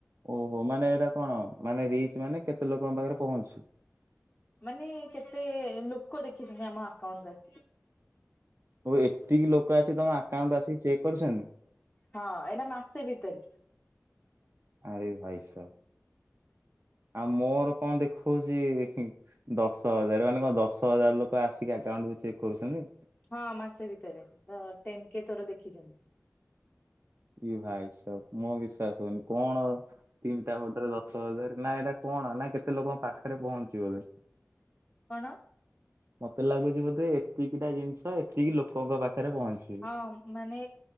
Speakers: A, on the right; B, on the left.
A: ଓହୋ, ମାନେ ଏଇଟା କଣ? ମାନେ ରିଚ ମାନେ କେତେ ଲୋକଙ୍କ ପାଖରେ ପହଞ୍ଚୁଛି।
B: ମାନେ, କେତେ ଲୋକ ଦେଖିଛନ୍ତି ଆମ ଆକାଉଣ୍ଟକୁ ଆସିକି।
A: ଓଉ, ଏତିକି ଲୋକ ଆସିଛି ତମ ଆକାଉଣ୍ଟକୁ ଆସିକି ଚେକ୍ କରିଛନ୍ତି।
B: ହଁ, ଏଇଟା ମାସେ ଭିତରେ।
A: ଆରେ ଭାଇସ, ଆଉ ମୋର କଣ ଦେଖଉଛି? ଦଶ ହଜାର ମାନେ କଣ? ଦଶ ହଜାର ଲୋକ ଆସିକି ଆକାଉଣ୍ଟକୁ ଚେକ୍ କରୁଛନ୍ତ?
B: ହଁ, ମାସେ ଭିତରେ ଟେନ କେ ତୋର ଦେଖିଛନ୍ତି।
A: ଇଏ ଭାଇସ, ମୋ ବିଶ୍ଵାସ ହଉନି! କଣ, ତିନିଟା ଗୋଟରେ ଦଶ ହଜାର ନା? ଏଇଟା କଣ ନା? କେତେ ଲୋକଙ୍କ ପାଖରେ ପହଞ୍ଚିବ ଏବେ?
B: କଣ?
A: ମତେ ଲାଗୁଛି, ବୋଧେ ଏତିକି ଟା ଜିନିଷ ଏତିକି ଲୋକଙ୍କ ପାଖରେ ପହଞ୍ଚି।
B: ହଁ, ମାନେ